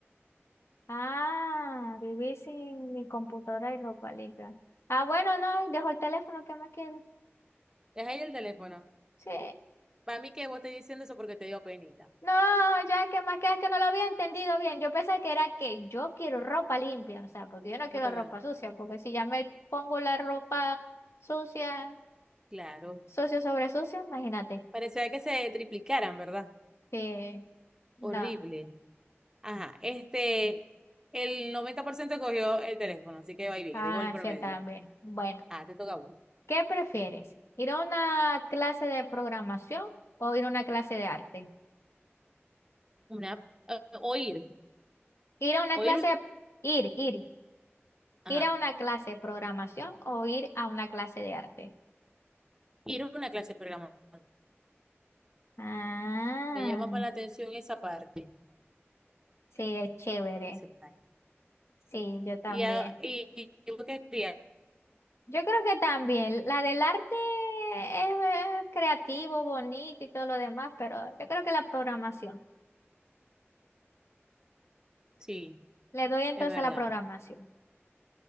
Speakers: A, on the left; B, on the right.
A: Ah, vivir sin mi computadora y ropa limpia. Ah, bueno, no, dejo el teléfono, ¿qué más queda?
B: Deja ahí el teléfono.
A: Sí.
B: Para mí que vos estés diciendo eso porque te dio penita.
A: No, ya, ¿qué más queda? Es que no lo había entendido bien. Yo pensaba que era que yo quiero ropa limpia, o sea, porque yo no quiero
B: No, no,
A: ropa
B: no.
A: sucia, porque si ya me pongo la ropa sucia,
B: Claro.
A: sucio sobre sucio, imagínate.
B: Parecía que se triplicaran, ¿verdad?
A: Sí, no.
B: Horrible. Ajá. Este, el 90% cogió el teléfono, así que va bien,
A: Ah,
B: digo en el promedio.
A: sí, también. Bueno,
B: Ah, te toca a vos.
A: ¿qué prefieres? ¿Ir a una clase de programación o ir a una clase de arte?
B: Una, eh, oír,
A: Ir a una
B: oír
A: clase
B: una,
A: de... Ir, ir.
B: ajá,
A: ¿Ir a una clase de programación o ir a una clase de arte?
B: ir a una clase de programación.
A: Ah,
B: Me llama más la atención esa parte.
A: sí, es chévere.
B: esa parte.
A: Sí, yo también.
B: Y, a- y, y vos qué querías.
A: Yo creo que también. La del arte es, eh, creativo, bonito y todo lo demás, pero yo creo que la programación.
B: Sí,
A: Le doy entonces
B: es verdad.
A: a la programación.